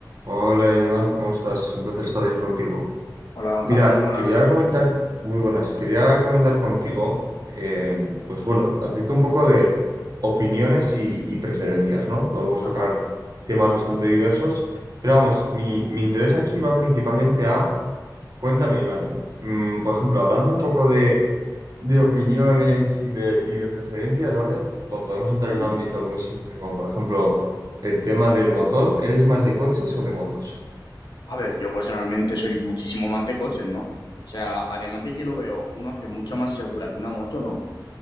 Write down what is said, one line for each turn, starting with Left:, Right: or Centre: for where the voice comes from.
Right: Hola Iván, ¿cómo estás? Un placer estar aquí contigo.
Left: Hola Gonzalo,
Right: Mira,
Left: muy buenas.
Right: quería comentar, muy buenas, quería comentar contigo, eh, pues bueno, acerca un poco de opiniones y, y preferencias, ¿no? Podemos
Left: Ajá.
Right: tocar temas bastante diversos, pero vamos, mi, mi interés aquí va principalmente a, cuéntame Iván, mm, por ejemplo, hablando un poco de, de opiniones y de, y de preferencias, ¿vale? Bo- Podemos entrar
Left: ujú.
Right: en un ámbito muy simple, como por ejemplo el tema del motor, ¿eres más de coches o de motos?
Left: A ver, yo personalmente soy muchísimo más de coches, ¿no? O sea, además de que lo veo una opción mucho más segura que una moto, ¿no?